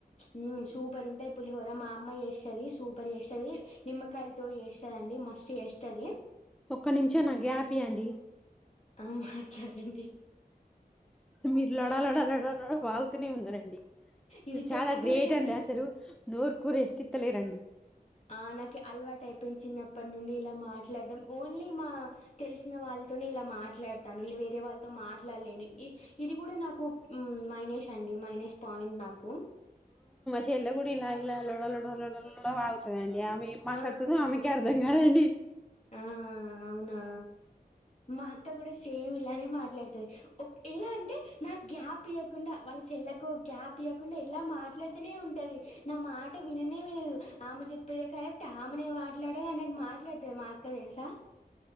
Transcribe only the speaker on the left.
మ్మ్ సూపర్ ఉంటది పులిహోర మా అమ్మ చేస్తది సూపర్ చేస్తది నిమ్మకాయలతో చేస్తదండి మస్తు చేస్తది
ఆ మాట్లాడండి
ఇవి
చెప్పకూడదండి
ఆ నాకు అలవాటై పెంచినప్పటి నుండి ఇలా మాట్లాడడం ఓన్లీ మా తెలిసిన వాళ్ళతోనే ఇలా మాట్లాడతాను ఇలా వేరే వాళ్ళతో మాట్లాడలేను ఇ ఇది కూడా నాకు మ్మ్ మైనేష్ అండి మైనేష్ పాయింట్ నాకు
ఆ
ఆ అవునా మా అత్త గూడా సేమ్ ఇలానే మాట్లాడతది ఒక్ ఎలా అంటే నా గ్యాప్ ఇయ్యకుండా వాళ్ళ చెల్లెకు గ్యాప్ ఇయ్యకుండా ఎలా మాట్లాడుతూనే ఉంటది. నా మాట విననే వినదు ఆమె చెప్పేదే కరెక్టా ఆమెనే మాట్లాడదు ఆయనక్ మాట్లాడుతది మా అక్క తెలుసా